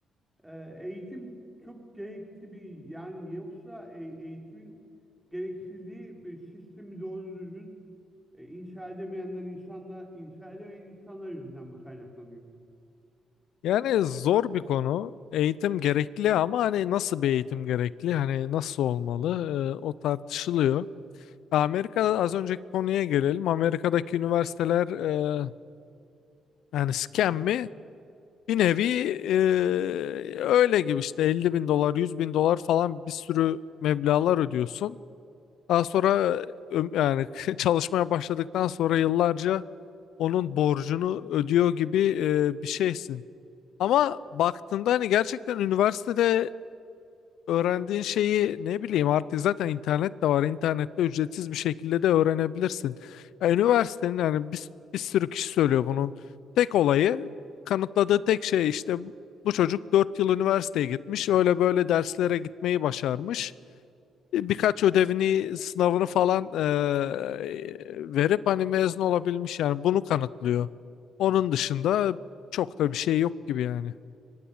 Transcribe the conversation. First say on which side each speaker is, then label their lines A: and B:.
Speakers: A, in the centre; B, on the left.
A: e, eğitim çok gerekli bir yani yoksa e- eğitimin gereksildiği bir sistemi doğru düzgün e, inşa edemeyenler insanlar inşa edemeyen insanlar yüzünden mi kaynaklanıyor?
B: Yani zor bir konu. Eğitim gerekli ama hani nasıl bir eğitim gerekli? Hani nasıl olmalı? Ee, o tartışılıyor. Amerika'da az önceki konuya gelelim. Amerika'daki üniversiteler e, yani scam mi? Bir nevi eee, öyle gibi işte elli bin dolar yüz bin dolar falan bir sürü meblağlar ödüyorsun. Daha sonra öm- yani <laughs> çalışmaya başladıktan sonra yıllarca onun borcunu ödüyor gibi eee, bir şeysin. Ama baktığında hani gerçekten üniversitede öğrendiğin şeyi ne bileyim artık zaten internet de var. İnternette ücretsiz bir şekilde de öğrenebilirsin. Ya, üniversitenin yani bir, bir sürü kişi söylüyor bunun. Tek olayı kanıtladığı tek şey işte bu çocuk 4 yıl üniversiteye gitmiş. Öyle böyle derslere gitmeyi başarmış. E, Birkaç
A: Evet.
B: ödevini, sınavını falan e, verip hani mezun olabilmiş yani bunu kanıtlıyor. Onun dışında çok da bir şey yok gibi yani.